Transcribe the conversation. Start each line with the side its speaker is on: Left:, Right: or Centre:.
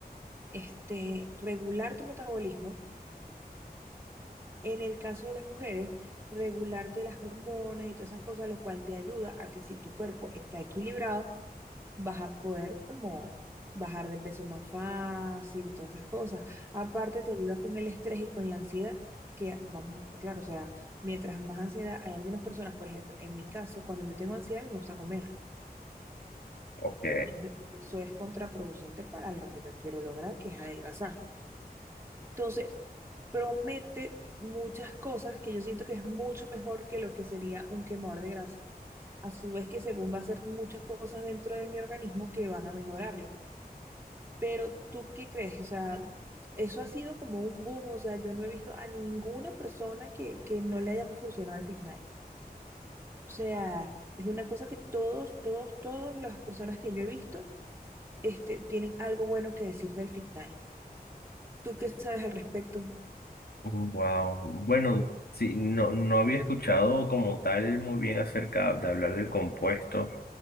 Right: este, regular tu metabolismo en el caso de las mujeres, regularte las hormonas y todas esas cosas, lo cual te ayuda a que si tu cuerpo está equilibrado, vas a poder como bajar de peso más fácil y todas esas cosas. Aparte, te ayuda con el estrés y con la ansiedad, que vamos a estar claro, o sea, mientras más ansiedad, hay algunas personas, por ejemplo, en mi caso, cuando yo tengo ansiedad, a mí me gusta comer.
Left: Ok.
Right: Entonces, eso es contraproducente para lo que yo quiero lograr, que es adelgazar. Entonces, promete muchas cosas que yo siento que es mucho mejor que lo que sería un quemador de grasa. A su vez que según va a hacer muchas cosas dentro de mi organismo que van a mejorarlo. Pero ¿tú qué crees? O sea, eso ha sido como un boom. O sea, yo no he visto a ninguna persona que, que no le haya funcionado el Fitnight. O sea, es una cosa que todos, todos, todas las personas que yo he visto, este, tienen algo bueno que decir del Fitnight. ¿Tú qué sabes al respecto?
Left: Wow. Bueno, sí, no, no había escuchado como tal muy bien acerca de hablar del compuesto,